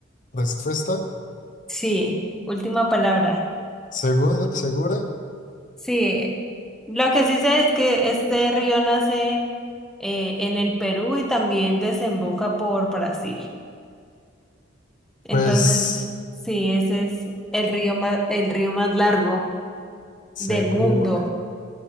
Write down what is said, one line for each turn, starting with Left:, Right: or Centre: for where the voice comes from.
Left: respuesta.
Centre: Sí, última palabra.
Left: ¿Segura? ¿Segura?
Centre: Sí. Lo que sí sé es que este río nace eh, en el Perú y también desemboca por Brasil. Entonces,
Left: Pues
Centre: sí, ese es el río más, el río más largo del
Left: Segura,
Centre: mundo.